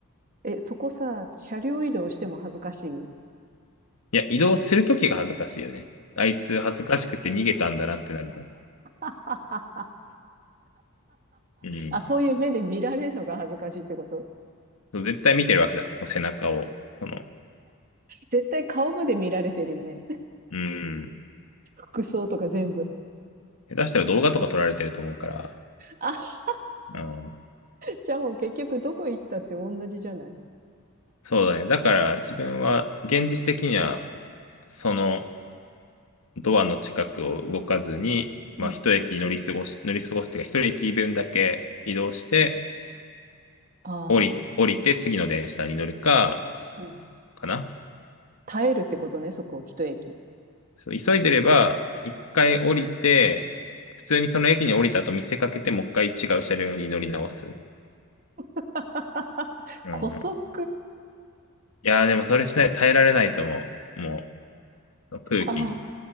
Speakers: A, on the right; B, on the left.
A: え、そこさ、車両移動しても恥ずかしい
B: いや、移動するときが恥ずかしいよね。あいつ恥ずかしくて逃げたんだなってなるじゃん。
A: <laughs>
B: うん。
A: あ、そういう目で見られるのが恥ずかしいってこと
B: そう絶対見てるわけだ。こう背中を。その、
A: 絶対顔まで見られてるよね。
B: うん。
A: 服装とか全部。
B: 下手したら動画とか撮られてると思うから、
A: あ、
B: うん。
A: じゃあもう結局どこ行ったって同じじゃない
B: そうだね。だから、自分は、現実的には、その、ドアの近くを動かずに、
A: うん。
B: まあ、一駅乗り過ごし、乗り過ごすというか、一駅分だけ移動して、
A: あ
B: 降り、降りて次の電車に乗るか、
A: あ、うん。
B: かな。
A: 耐えるってことね、そこ、一駅。
B: そう、急いでれば、一回降りて、普通にその駅に降りた後見せかけて、もう一回違う車両に乗り直す。
A: <laughs>
B: うん。
A: 古速。
B: いやー、でもそれしない耐えられないと思う。もう、空気に。
A: あ